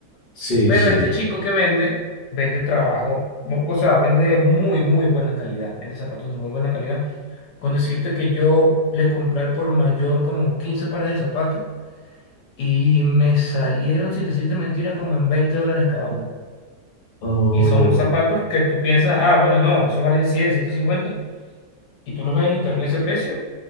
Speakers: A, on the left; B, on the left.
A: Sí,
B: Pero
A: sí.
B: este chico que vende, vende trabajo, o o sea, vende muy, muy buena calidad, vende zapatos de muy buena calidad. Con decirte que yo le compré al por mayor como 15 pares de zapatos y me salieron, sin decirte mentira, como en 20 dólares cada uno.
A: Oh,
B: Y son zapatos que tú piensas, ah, bueno, no, eso valen cien ciento cincuenta Y tú los ves en internet ese precio